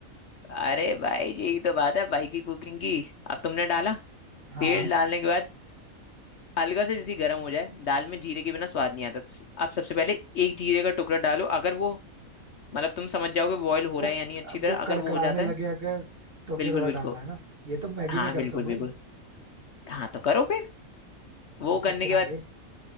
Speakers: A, on the left (about 55°); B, on the right (about 40°).
A: अरे भाई यही तो बात है भाई की कुकिंग की अब तुमने डाला
B: हाँ
A: तेल डालने के बाद हल्का से जैसे गर्म हो जाए दाल में जीरे के बिना स्वाद नहीं आता तो स- आप सबसे पहले एक जीरे का टुकड़ा डालो अगर वो मतलब तुम समझ जाओगे बॉयल हो
B: वो
A: रहा है या नहीं अच्छी तरह
B: वो
A: अगर
B: कड़कड़ाने
A: वो हो जाता
B: लगे
A: है
B: अगर तो
A: बिल्कुल
B: फिर और
A: बिल्कुल
B: डालना है ना ये तो मैगी
A: हाँ
B: में करता
A: बिल्कुल
B: हूँ भाई
A: बिल्कुल हाँ तो करो फिर वो
B: ठीक
A: करने
B: है फिर
A: के
B: आगे
A: बाद